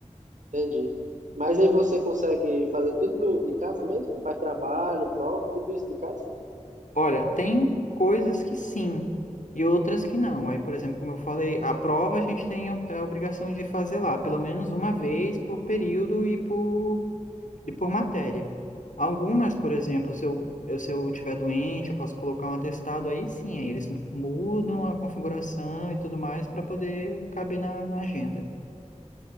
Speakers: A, on the right; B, on the left.
A: Entendi. Mas aí você consegue fazer tudo do- de casa mesmo? Faz trabalho, prova, tudo isso de casa?
B: Olha, tem coisas que sim e outras que não. Aí, por exemplo, como eu falei, a prova a gente tem a a obrigação de fazer lá, pelo menos uma vez por período e por e por matéria. Algumas, por exemplo, se eu, eu- se eu tiver doente, eu posso colocar um atestado, aí sim, aí eles mudam a configuração e tudo mais para poder caber na, na agenda.